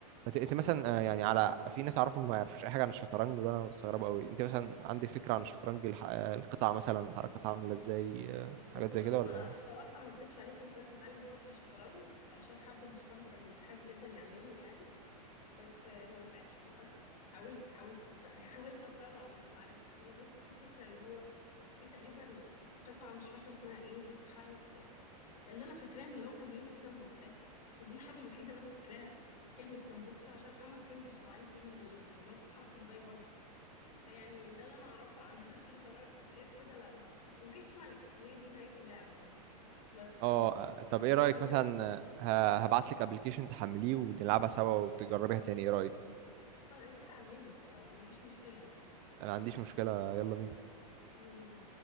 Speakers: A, on the right; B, on the left.
A: فت- انت مثلا
B: يعني
A: آه، يعني على في ناس اعرفهم ما يعرفوش اي حاجه عن الشطرنج وده انا مستغربه قوي انت مثلا عندك فكره عن الشطرنج الح- آه، القطع مثلا حركتها عامله ازاي آه، حاجات
B: بص
A: زي
B: هو
A: كده ولا
B: بصراحة ما اكدبش عليك انا حاولت اتعلم فترة شطرنج عشان حد من صحابي كان حابب جدا يعلمني يعني بس آه، ما نفعتش للأسف حاولت حاولت صدقني <laughs> حاولت افهمها بس ما عرفتش هي بس في فكرة اللي هو في تقريبا قطعة مش فاكرة اسمها ايه بتتحرك آه، اللي انا فاكراه من اللي هو كان بيقولوا سامبوكسات فدي الحاجة الوحيدة اللي انا فاكراها كلمة سامبوكسة عشان انا ما فهمتش هو عايز مني ايه يعني اللي هو بتتحرك ازاي برضه فيعني ده اللي انا اعرفه عن <laughs> الشطرنج غير كده لا ما اعتقدش وكش ملك هي دي نهاية اللعبة مثلا فبس شكرا
A: اه آه، طب
B: دي
A: ايه رايك
B: معلوماتي
A: مثلا آه، ه- هبعت لك ابلكيشن تحمليه ونلعبها سوا وتجربيها تاني ايه رايك
B: انا عايزاك تعلمني فمفيش مشكلة يعني
A: انا ما عنديش مشكلة يلا بينا
B: يلا بينا